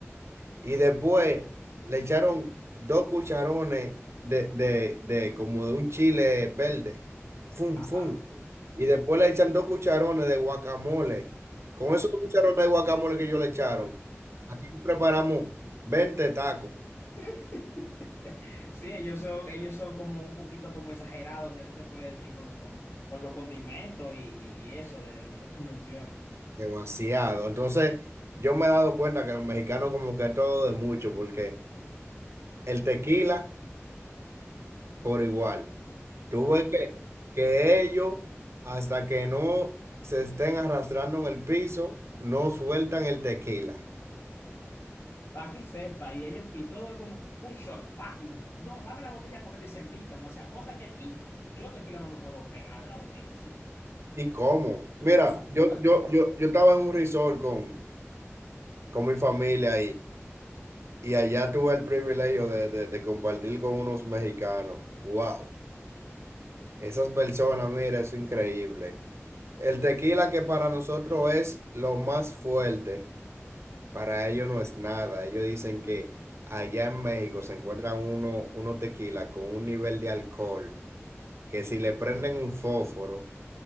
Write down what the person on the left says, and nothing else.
Ajá.
<laughs> Sí, ellos son, ellos son como un poquito como exagerados, si así se puede decir, con, con, con los condimentos y, y eso de, de lo que tú mencionas.
Para que sepa, y ellos, y todo es como un shot, pa, y no, dame la botella completa y se embican. O sea, cosas que aquí yo tequila no me puedo pegar de la botella, sí.
Eso,
bueno,